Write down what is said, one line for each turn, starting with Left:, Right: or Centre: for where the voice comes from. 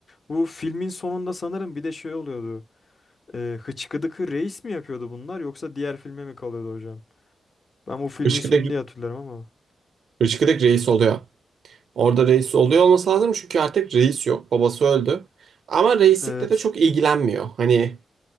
Left: Bu filmin sonunda sanırım bir de şey oluyordu. E, Hıçkıdıkı Reis mi yapıyordu bunlar yoksa diğer filme mi kalıyordu hocam? Ben bu filmin
Right: Işkıdık,
Left: sonu diye hatırlarım ama.
Right: Işkıdık reis oluyor. Orada reis oluyor olması lazım çünkü artık reis yok. Babası öldü. Ama reislikle
Left: Evet.
Right: de çok ilgilenmiyor. Hani